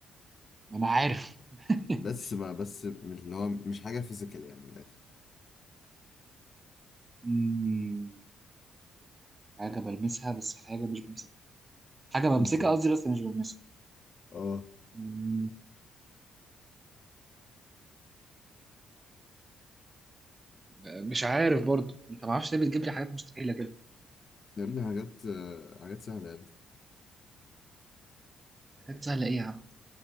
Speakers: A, on the right; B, on the left.
A: أنا عارف <laughs>
B: بس ما بس مش اللي هو مش حاجة فيزيكال يعني من الآخر
A: مم. حاجة بلمسها بس حاجة مش بمسكها حاجة بمسكها
B: بالظبط
A: قصدي بس مش بلمسها
B: اه
A: مم. مش عارف برضو انت ما اعرفش ليه بتجيب لي حاجات مستحيلة كده
B: يا ابني حاجات آه، حاجات سهلة يا ابني
A: حاجات سهلة ايه يا عم